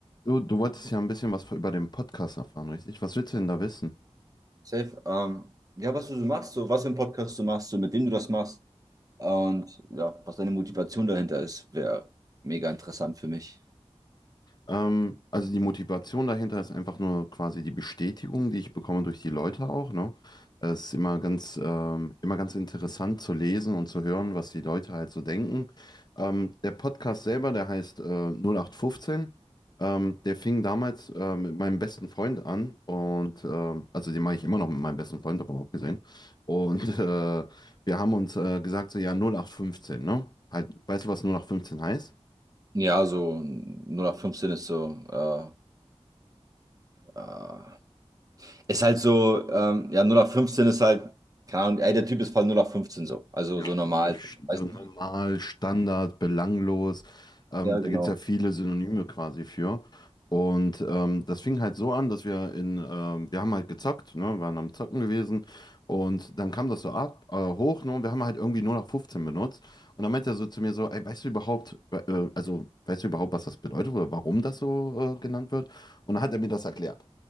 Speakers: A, on the left; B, on the right.
A: Du, du wolltest ja ein bisschen was über den Podcast erfahren, richtig? Was willst du denn da wissen?
B: Safe. Ähm, ja, was du so machst, so was für einen Podcast du machst, so mit wem du das machst und ja, was deine Motivation dahinter ist, wäre mega interessant für mich.
A: Ähm, also die Motivation dahinter ist einfach nur quasi die Bestätigung, die ich bekomme durch die Leute auch, ne? Es ist immer ganz, ähm, immer ganz interessant zu lesen und zu hören, was die Leute halt so denken. Ähm, der Podcast selber, der heißt äh, 0815. Ähm, der fing damals äh, mit meinem besten Freund an und ähm, also den mache ich immer noch mit meinem besten Freund, aber auch gesehen. Und <laughs> äh, wir haben uns äh, gesagt, so ja, 0815, ne? Halt, weißt du, was 0815 heißt?
B: Ja, so null nach fünfzehn ist so, äh, äh, ist halt so, ähm, ja, null nach fünfzehn ist halt, keine Ahnung, ey, der Typ ist voll null nach fünfzehn so, also
A: Ja,
B: so normal.
A: so,
B: so, Weißt
A: so normal,
B: du?
A: Standard, belanglos. Ähm,
B: Ja,
A: da
B: genau.
A: gibt es ja viele Synonyme quasi für. Und ähm, das fing halt so an, dass wir in, ähm, wir haben halt gezockt, ne, waren am Zocken gewesen. Und dann kam das so ab, äh, hoch, ne, und wir haben halt irgendwie nur noch 15 benutzt. Und dann meinte er so zu mir so, ey, weißt du überhaupt, äh, also weißt du überhaupt, was das bedeutet oder warum das so äh, genannt wird? Und dann hat er mir das erklärt.